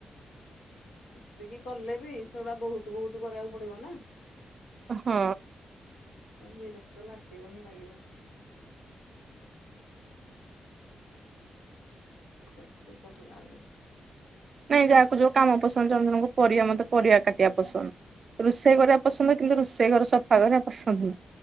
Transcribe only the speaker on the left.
ଏସିକି କଲେ ବି ସେଗୁଡା ବହୁତ ବହୁତ କରିବାକୁ ପଡିବ ନା।
ବିରକ୍ତ ଲାଗିବ ହିଁ ଲାଗିବ। ସତି କରଲାଳ